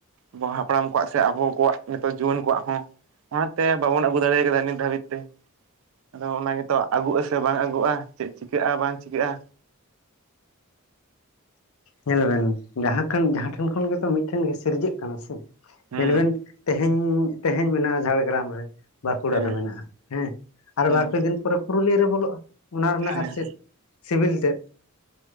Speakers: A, on the right; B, on the left.
A: ᱟᱵᱚ ᱦᱟᱯᱲᱟᱢ ᱠᱚᱣᱟᱜ ᱥᱮ ᱟᱵᱚ ᱠᱚᱣᱟᱜ ᱱᱤᱛᱚᱜ ᱡᱩᱣᱟᱹᱱ ᱠᱚᱣᱟᱜ ᱦᱚᱸ ᱚᱱᱟᱛᱮ ᱮ ᱵᱟᱵᱚᱱ ᱟᱹᱜᱩ ᱫᱟᱲᱮ ᱠᱟᱫᱟ ᱱᱤᱛ ᱫᱷᱟᱹᱵᱤᱡ ᱛᱮ᱾ ᱟᱫᱚ ᱚᱱᱟ ᱜᱮᱛᱚ ᱟᱹᱜᱩᱜ ᱟᱥᱮ ᱵᱟᱝ ᱟᱹᱜᱩᱜ-ᱟ ᱪᱮᱫ ᱪᱤᱠᱟᱹᱜᱼᱟ ᱵᱟᱝ ᱪᱤᱠᱟᱹᱜᱼᱟ᱾
B: ᱧᱮᱞ ᱵᱮᱱ ᱡᱟᱦᱟᱸ ᱡᱟᱦᱟᱸ ᱴᱷᱮᱱ ᱠᱷᱚᱱ ᱜᱮᱛᱚ ᱢᱤᱫᱴᱷᱮᱱ ᱜᱮ ᱥᱤᱨᱡᱟᱹᱜ ᱠᱟᱱᱟ ᱥᱮ
A: ᱦᱮᱸ
B: ᱧᱮᱞ ᱵᱮᱱ ᱛᱮᱦᱮ ᱛᱮᱦᱮᱧ ᱢᱮᱱᱟᱜᱼᱟ, ᱡᱷᱟᱲᱜᱨᱟᱢ ᱨᱮ ᱵᱟᱸᱠᱩᱲᱟ
A: ᱦᱮᱸ
B: ᱨᱮ ᱢᱮᱱᱟᱜᱼᱟ, ᱦᱮᱸ ᱟᱨ
A: ᱦᱮᱸ
B: ᱵᱟᱨ ᱯᱮ ᱫᱤᱱ ᱯᱚᱨᱮ ᱯᱩᱨᱩᱞᱤᱭᱟᱹ ᱨᱮ ᱵᱚᱞᱚᱜᱼᱟ᱾ᱚᱱᱟ ᱨᱮᱱᱟᱜ
A: ᱦᱮᱸ
B: ᱟᱨ ᱪᱮᱫ ᱥᱤᱵᱤᱞ ᱛᱮᱫ